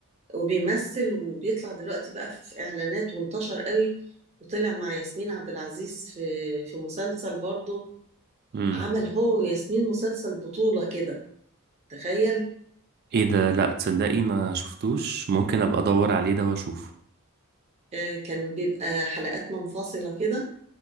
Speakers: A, on the right; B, on the right.
A: وبيمثل وبيطلع دلوقتي بقى في اعلانات وانتشر قوي وطلع مع ياسمين عبد العزيز في في مسلسل برضو
B: امم
A: عمل هو وياسمين مسلسل بطولة كده تخيل
B: ايه ده لا تصدقي ما شفتوش ممكن ابقى ادور عليه ده واشوفه
A: آه، كان بيبقى حلقات منفصلة كده